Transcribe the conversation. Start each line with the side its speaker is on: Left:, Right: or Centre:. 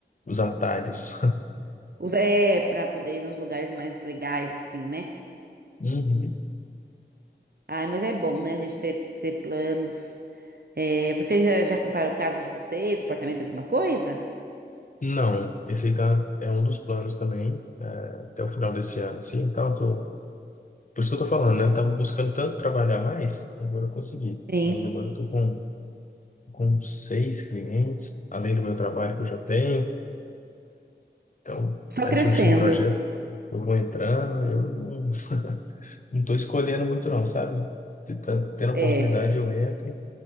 Left: os atalhos.
Right: Os- É, pra poder ir nos lugares mais legais, assim, né?
Left: <laughs> Uhum.
Right: Ai, mas é bom, né? A gente ter, ter planos. É, vocês já, já compraram o caso de vocês, apartamento, alguma coisa?
Left: Não, esse aí tá, é um dos planos também, é, até o final desse ano, assim, então eu tô, por isso que eu tô falando, né, eu tava buscando tanto trabalhar mais, que agora eu consegui,
Right: Sim.
Left: aí agora eu tô com, com seis clientes, além do meu trabalho que eu já tenho, então
Right: Só
Left: vai
Right: crescendo.
Left: surgindo projeto, eu vou entrando, eu não, não tô escolhendo muito não, sabe? Se tá tendo oportunidade
Right: É.
Left: eu entro,